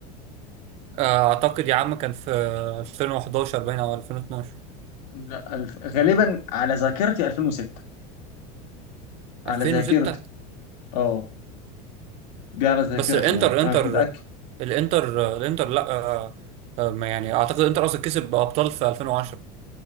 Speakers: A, on the right; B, on the left.
A: آه، اعتقد يا عم كان في 2011 باين او 2012
B: لا الف... غالبا على ذاكرتي 2006 على
A: 2006
B: ذاكرتي اه دي على ذاكرتي
A: بس انتر
B: يعني
A: انتر
B: انا مش متاكد
A: الانتر الانتر لا آه، آه، ما يعني اعتقد انتر اصلا كسب ابطال في 2010